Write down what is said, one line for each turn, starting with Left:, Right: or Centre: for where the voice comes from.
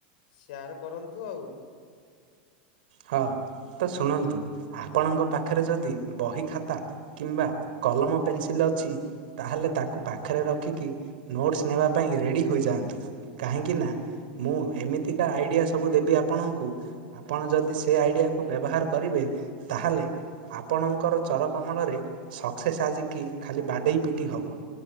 Left: ସେୟାର କରନ୍ତୁ ଆଉ।
Right: ହଁ। ତ ଶୁଣନ୍ତୁ ଆପଣଙ୍କ ପାଖରେ ଯଦି ବହି ଖାତା କିମ୍ବା କଲମ ପେନସିଲ ଅଛି। ତାହେଲେ ତାକୁ ପାଖରେ ରଖିକି ନୋଟସ୍ ନେବା ପାଇଁ ରେଡ଼ି ହୋଇଯାଆନ୍ତୁ କାହିଁକି ନା ମୁଁ ଏମିତିକା ଆଇଡିଆ ସବୁ ଦେବି ଆପଣଙ୍କୁ ଆପଣ ଯଦି ସେ ଆଇଡିଆକୁୁ ବ୍ୟବହାର କରିବେ ତାହେଲେ ଆପଣଙ୍କର ଚର କମଳରେ ସକ୍ସେସ୍ ଆଜିକି ଖାଲି ବାଡେ ଇପିଟି ହବ